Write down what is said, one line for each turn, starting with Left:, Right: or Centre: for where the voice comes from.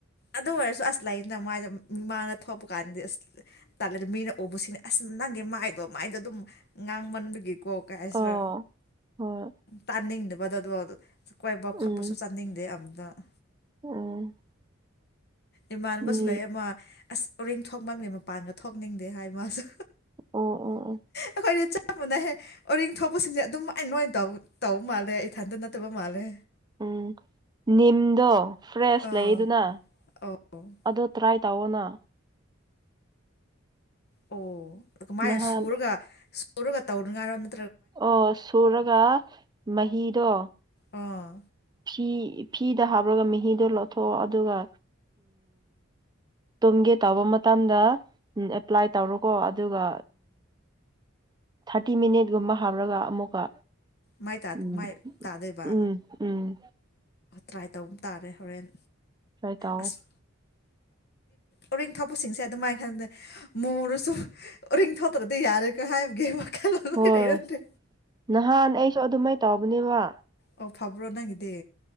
Left: ꯑꯗꯨ ꯑꯣꯏꯔꯁꯨ ꯑꯁ ꯂꯥꯏꯔꯤꯡꯗ ꯃꯥꯏꯗ ꯃꯤꯃꯥꯡꯗ ꯊꯣꯛꯄ ꯀꯥꯟꯗꯗꯤ ꯑꯁ ꯇꯥꯂ ꯃꯤꯅ ꯎꯕꯁꯤꯡꯅꯤ ꯑꯁ ꯅꯪꯒꯤ ꯃꯥꯏꯗꯣ ꯃꯥꯏꯗꯣ ꯑꯗꯨꯝ ꯉꯥꯡꯃꯟꯕꯒꯤ ꯀꯣ ꯀꯔꯤ ꯍꯥꯏꯁꯤꯔꯥ
Right: ꯑꯣ ꯍꯣꯏ
Left: ꯇꯥꯅꯤꯡꯗ ꯃꯕ ꯑꯗꯨ ꯀꯣꯏꯕ ꯈꯣꯠꯄꯁꯨ
Right: ꯎꯝ
Left: ꯆꯥꯅꯤꯡꯗꯦ ꯑꯝ ꯗ <unintelligible>
Right: ꯎꯝ
Left: ꯏꯃꯥꯟ ꯑꯃꯁꯨ
Right: ꯎꯝ
Left: ꯂꯩ ꯑꯃ ꯑꯁ ꯎꯔꯤꯡ ꯊꯣꯛꯃꯟꯒꯤ ꯃꯄꯥꯟꯒ ꯊꯣꯛꯅꯤꯡꯗꯦ ꯍꯥꯏ ꯃꯥꯁꯨ
Right: ꯑꯣ ꯑꯣ ꯑꯣ
Left: ꯑꯩꯈꯣꯏꯅ ꯃꯅꯩ ꯑꯣꯔꯤꯡ ꯊꯣꯛꯄꯁꯤꯡꯁꯦ ꯑꯗꯨꯝ ꯃꯥꯏ ꯅꯥꯏꯅ ꯂꯣꯏ ꯇꯧꯕ ꯃꯥꯜꯂꯦ ꯑꯩ ꯏꯊꯟꯇ ꯅꯠꯇꯕ ꯃꯥꯜꯂꯦ
Right: ꯎꯝ ꯅꯤꯝꯗꯣ ꯐ꯭ꯔꯦꯁ
Left: ꯑꯥ
Right: ꯂꯩꯗꯨꯅ
Left: ꯑꯧ
Right: ꯑꯣ ꯇ꯭ꯔꯥꯏ ꯇꯧꯅ
Left: ꯑꯣ ꯑꯗꯨ ꯃꯥꯏꯅ
Right: ꯅꯍꯥꯟ
Left: ꯁꯨꯔꯒ ꯇꯧꯔꯒ ꯇꯧꯔ ꯉꯥꯏꯔꯣꯟꯗ
Right: ꯑꯣ ꯁꯨꯔꯤꯒ ꯃꯍꯤꯗꯣ
Left: ꯑꯥ
Right: ꯐꯤ ꯐꯤꯗ ꯍꯥꯞꯄꯂꯒ ꯃꯍꯤꯗꯣ ꯂꯧꯊꯣꯛꯑꯣ ꯑꯗꯨꯒ ꯇꯨꯝꯒꯦ ꯇꯥꯧꯕ ꯃꯇꯝꯗ ꯑꯦꯞꯄ꯭ꯂꯥꯏ ꯇꯧꯔꯣꯀꯣ ꯑꯗꯨꯒ ꯊꯥꯔꯇꯤ ꯃꯤꯅꯤꯠꯒꯨꯝꯕ ꯍꯥꯞꯔꯒ ꯑꯃꯨꯛꯀ
Left: ꯃꯥꯏ
Right: ꯎꯝ
Left: ꯇꯥꯗꯣꯏꯕ
Right: ꯎꯝ ꯎꯝ
Left: ꯇ꯭ꯔꯥꯏ ꯇꯧꯕ ꯇꯥꯔꯦ ꯍꯣꯔꯦꯟ
Right: ꯆꯥꯏ ꯇꯑꯣ
Left: ꯑꯁ ꯎꯔꯤꯡ ꯊꯣꯛꯄꯁꯤꯡꯁꯦ ꯑꯗꯨꯃꯥꯏꯅ ꯈꯟꯗꯦ ꯃꯨꯔꯁꯨ ꯎꯔꯤꯡ ꯊꯣꯛꯇ꯭ꯔꯗꯤ ꯌꯥꯔꯦꯀꯣ ꯍꯥꯏꯕꯒꯤ ꯋꯥꯈꯜꯂꯣꯟ ꯂꯣꯏ
Right: ꯍꯣꯏ
Left: ꯂꯩꯔꯝꯗ꯭ꯔꯦ
Right: ꯅꯍꯥꯟ ꯑꯩꯁꯨ ꯑꯗꯨꯃꯥꯏ ꯇꯧꯕꯅꯦꯕ
Left: ꯑꯣ ꯐꯥꯕ꯭ꯔꯣ ꯅꯒꯤꯦꯗꯦ